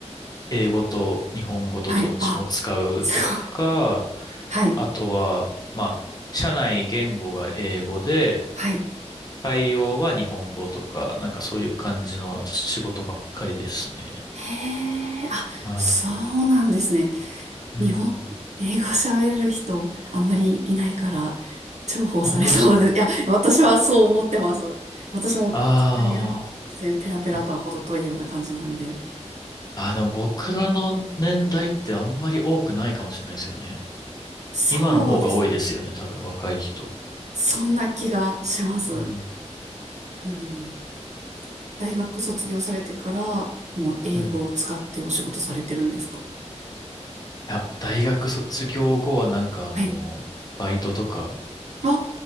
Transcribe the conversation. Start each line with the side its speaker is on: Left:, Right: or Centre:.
Left: 英語と日本語とどっちも使うとか、
Right: はい、あ、すごい。はい、
Left: あとは、まあ、社内言語が英語で、
Right: はい。
Left: 対応は日本語とか、なんかそういう感じの仕事ばっかりですね。
Right: へえ、あ、
Left: は
Right: そうなんですね。
Left: い。
Right: 日本、
Left: うん。
Right: 英語喋れる人、あまりいないから、重宝されそうで、
Left: あ、本当ですか
Right: いや、私はそう思ってます。私も、
Left: あ
Right: イタリア、ペラペラとは程遠いような感じなんで。
Left: あ、ぼあー、でも僕らの年代ってあんまり多くないかもしれないですよね。
Right: そうですね。
Left: 今の方が多いですよね、多分、若い人。
Right: そんな気がします。
Left: うん。
Right: うんうん大学卒業されてから、もう英語を使ってお仕事されてるんですか
Left: うんいや、大学卒業後はなんかあの、
Right: はい。
Left: バイトとか、
Right: あ